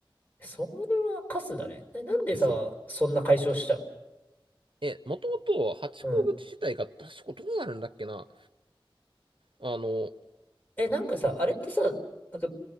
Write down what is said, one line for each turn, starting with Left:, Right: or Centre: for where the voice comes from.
Left: それはカスだね。えなんでさ、
Right: そう。
Left: そんな解消しちゃう
Right: え、もともとハチ口自体が確かどうなるんだっけな。
Left: うん。
Right: あの、
Left: え、なんかさ、あれってさ、なんか、